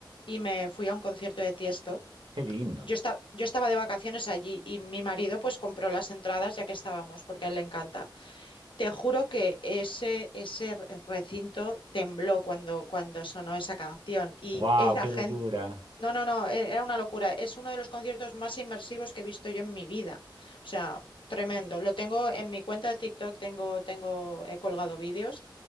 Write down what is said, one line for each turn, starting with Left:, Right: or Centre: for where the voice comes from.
Left: y me fui a un concierto de Tiesto.
Right: Qué lindo.
Left: Yo, esta- yo estaba de vacaciones allí y mi marido pues compró las entradas ya que estábamos, porque a él le encanta. Te juro que ese, ese re- recinto tembló cuando, cuando sonó esa canción y
Right: Wow,
Left: era
Right: qué
Left: gente...
Right: locura.
Left: No, no, no, e- era una locura. Es uno de los conciertos más inmersivos que he visto yo en mi vida. O sea, tremendo. Lo tengo en mi cuenta de TikTok, tengo, tengo, he colgado vídeos